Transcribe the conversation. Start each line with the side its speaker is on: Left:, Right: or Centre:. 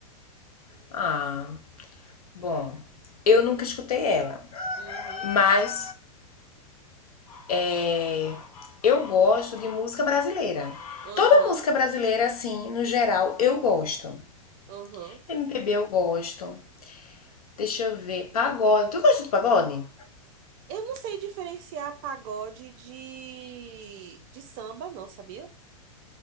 Left: Ah, bom. Eu nunca escutei ela,
Right: Uhum,
Left: mas é, eu gosto de música brasileira.
Right: aham,
Left: Toda música brasileira, assim, no geral, eu gosto.
Right: aham.
Left: MPB eu gosto. Deixa eu ver. Pagode. Tu gosta de pagode?
Right: Eu não sei diferenciar pagode de, de samba, não, sabia?